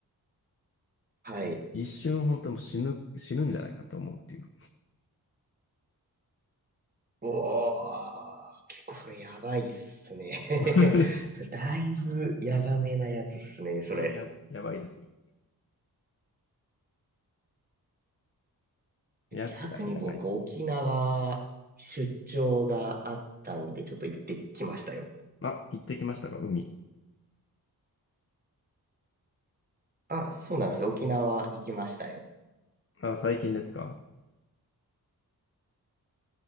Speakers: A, on the right; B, on the left.
A: はい。
B: 一瞬本当もう死ぬ、死ぬんじゃないかと思うっていう。
A: おー、結構それやばいっすね。
B: <laughs>
A: <laughs> それだいぶやばめなやつっすね、それ。
B: これや、やばいですよ。やつらがやばい。
A: 逆に僕、沖縄出張があったんで、ちょっと行ってきましたよ。
B: あ、行ってきましたか海。
A: あ、そうなんですよ。沖縄行きましたよ。
B: あ、最近ですか